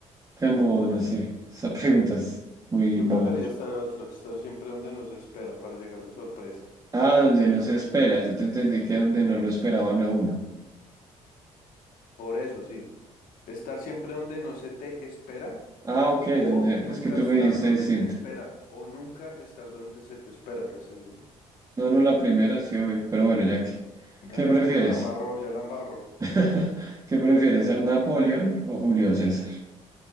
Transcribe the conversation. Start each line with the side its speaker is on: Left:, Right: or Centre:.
Right: como, no sé, esa pregunta es muy
Left: Yo
Right: boba.
Left: prefería estar otro, estar siempre donde no se espera para llegar de sorpresa.
Right: Ah, donde no se espera. Yo te entendí que donde no lo esperaban a uno.
Left: Por eso, sí. Estar siempre donde no se te espera
Right: Ah, ok,
Left: O
Right: donde,
Left: nunca
Right: es que tú
Left: estar
Right: me dijiste
Left: donde
Right: distinto.
Left: te espera. O nunca estar donde se te espera es la segunda.
Right: No, no, la primera sí, obvio. Pero bueno, ya que, ¿qué
Left: Ya la,
Right: prefieres?
Left: la, la embarró, ya la embarró.
Right: <laughs> ¿Qué prefiere ser Napoleón o Julio César?